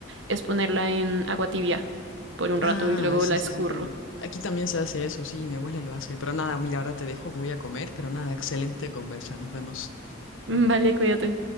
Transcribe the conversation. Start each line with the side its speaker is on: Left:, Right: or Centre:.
Right: es ponerla en agua tibia por un
Left: Ah,
Right: rato y luego
Left: sí,
Right: la
Left: sí,
Right: escurro.
Left: sí, sí. Aquí también se hace eso, sí, mi abuela lo hace. Pero nada, mira, ahora te dejo, voy a comer, pero nada, excelente conversa, nos vemos.
Right: Vale, cuídate.